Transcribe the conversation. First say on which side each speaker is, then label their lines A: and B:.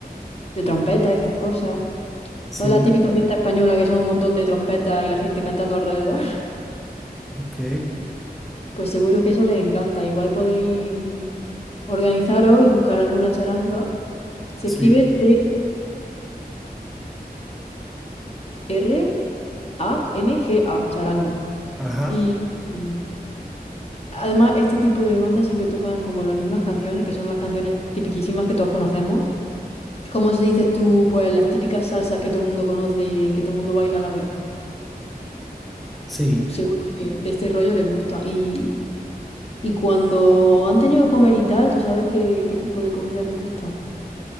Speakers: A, on the left; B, in the centre.
A: de trompeta, estas cosas.
B: sí,
A: ¿Sabes la típica fiesta española que son un montón de trompetas y la gente cantando alrededor? <laughs>
B: ok,
A: Pues seguro que eso les encanta. Igual podéis mm, organizaros y buscar alguna charanga. Se
B: sí,
A: escribe T-X-A-R-A-N-G-A, charanga.
B: ajá,
A: Y, mm, Además, este tipo de bandas siempre tocan como las mismas canciones, que son las canciones tipiquísimas que todos conocemos. ¿Cómo se dices tú, pues las típicas salsas que todo el mundo conoce y que todo el mundo baila a la vez?
B: sí.
A: Seguro que de este rollo les gusta. Y, y cuando han tenido que comer y tal, ¿tú sabes qué, qué tipo de comida les gusta?